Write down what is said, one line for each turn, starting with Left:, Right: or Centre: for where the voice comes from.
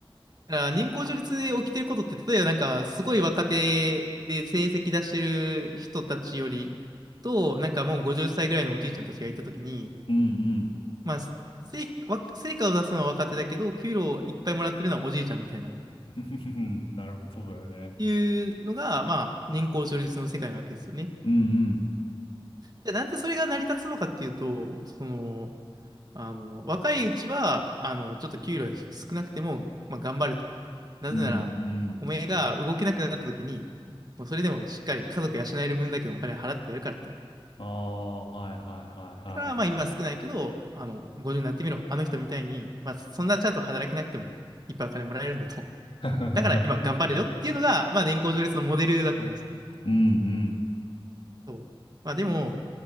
Right: ら年功序列で起きてることって、例えばなんかすごい若手で成績出してる人たちよりと、なんかもう50歳ぐらいのおじいちゃんたちがいたときに、
Left: うん
Right: まあ、成、わ成果を出すのは若手だけど、給料いっぱいもらってるのはおじいちゃんみたいな。
Left: うん。<laughs> なるほど、そうだよね。
Right: いうのが、まあ、年功序列の世界なわけですよね。
Left: うんうん。
Right: じゃあ、なんでそれが成り立つのかっていうと、その、あの、若いうちは、あの、ちょっと給料が少なくても、まあ、頑張ると。なぜなら、
Left: うんうん。
Right: お前が動けなくなった時に、もうそれでもしっかり家族養える分だけのお金を払ってやるからと。
Left: ああ、はいはいは
Right: だから、まあ、今少ないけど、あの、50になってみろ。あの人みたいに、まあ、そんなちゃんと働けなくても、いっぱいお金もらえるんだと。
Left: いはい。
Right: だから、今頑張れよっていうのが、まあ、年功序列のモデルだと思うんですよね
Left: <laughs> うんうん。
Right: そう。まあでも、